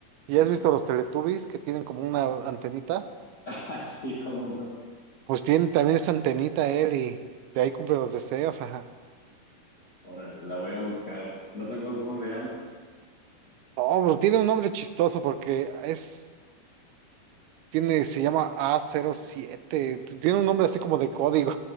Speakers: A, on the right (about 80°); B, on the left (about 30°).
A: ¿Y
B: Ajá.
A: has visto los Teletubbies que tienen como una antenita?
B: <laughs> Así cómo no.
A: Pues tiene también esa antenita él y de ahí cumple los deseos, ajá.
B: Órale, la voy a buscar. ¿No te acuerdas cómo se llama?
A: Oh, bro, tiene un nombre chistoso porque es. Tiene, se llama A07. t- Tiene un nombre así como de código.